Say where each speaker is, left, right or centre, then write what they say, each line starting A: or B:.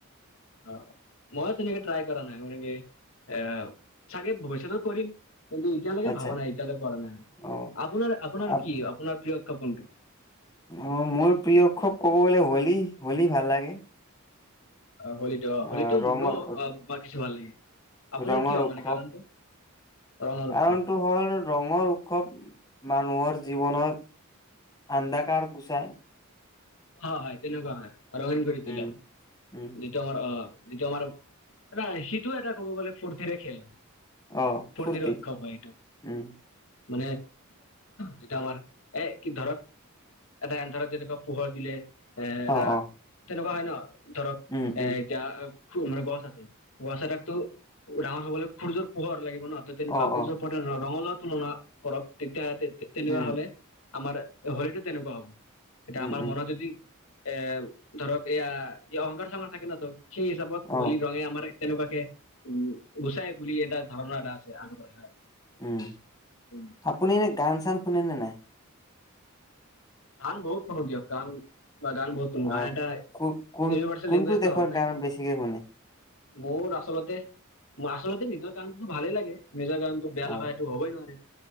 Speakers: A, on the left (about 70°); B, on the left (about 15°).
A: অ মই তেনেকে ট্ৰাই কৰা নাই <unintelligible> আ চাগে ভৱিষ্যতত কৰিম। কিন্তু এতিয়ালৈকে
B: আচ্ছা
A: ভাবা নাই, এতিয়ালৈ কৰা নাই। আৰু
B: অ
A: আপোনাৰ আপোনাৰ
B: আপ
A: কি? আপোনাৰ প্ৰিয় উৎসৱ কোনটো?
B: অ মোৰ প্ৰিয় উৎসৱ ক'ব গ'লে হোলী, হোলী ভাল লাগে।
A: হলীটো অ
B: আহ
A: হলীটো।
B: ৰঙৰ
A: মোৰো অ কিছু ভাল লাগে আপোনাৰ
B: ৰঙৰ
A: কিয়
B: উৎসৱ
A: মানে, কাৰণটো? ৰঙৰ
B: কাৰণটো
A: উৎসৱ
B: হ'ল ৰঙৰ উৎসৱ। মানুহৰ জীৱনত আন্দাকাৰ গুচায়।
A: হয়, হয়। তেনেকুৱা হয়। ৰঙীন কৰি তোলো
B: উম
A: হয়
B: উম
A: যিটো আমাৰ অ যিটো আমাৰ ন সিটো এটা কব গলে ফূৰ্তিৰে খেল।
B: অ
A: ফুৰ্তিৰ
B: ফূৰ্তি
A: উৎসৱ হয় এইটো।
B: উম
A: মানে যেতিয়া আমাৰ এ কি ধৰক এটা এন ধৰক যেন ধৰক পোহৰ দিলে এ এটা
B: অ অ
A: তেনেকুৱা হয় ন ধৰক
B: উম
A: এ
B: উম
A: <unintelligible> মানে গছ আছে, গছ এটাকটো ডাঙৰ হবলে সূৰ্য্যৰ পোহৰ লাগে হব ন ত তেনেকুৱা।
B: অ
A: সূৰ্য
B: অ
A: পোহৰে ৰঙালাও তুলনা কৰক তেতিয়া তেনেকুৱা
B: উম
A: হলে আমাৰ হলিটো তেনেকুৱা হ'ব। এতিয়া
B: উম
A: আমাৰ
B: উম
A: মনত যদি এ ধৰক এইয়া অহংকাৰ- চহংকাৰ থাকে ন ত সেই হিচাপত
B: অ
A: হোলী ৰঙে আমাৰ তেনেকুৱাকে উ গুচাই বুলি এটা ধাৰণা এটা আছে। আ হয়।
B: উম
A: উম
B: আপুনি এনে গান-চান শুনেনে নাই?
A: গান বহুত শুনোঁ দিয়ক, গান বা গান বহুত শুনো। গান
B: অ
A: এটা
B: কো কোন
A: ইউনিভাৰ্চেল
B: কোনটো
A: লেংগুৱেজ
B: দেশৰ
A: ন মানে
B: গান বেছিকে শুনে
A: মোৰ আচলতে- আচলতে নিজৰ গানটো ভালেই লাগে। নিজৰ গানতো বেয়া
B: অ
A: লগা সেইটো হ'বই নোৱাৰে।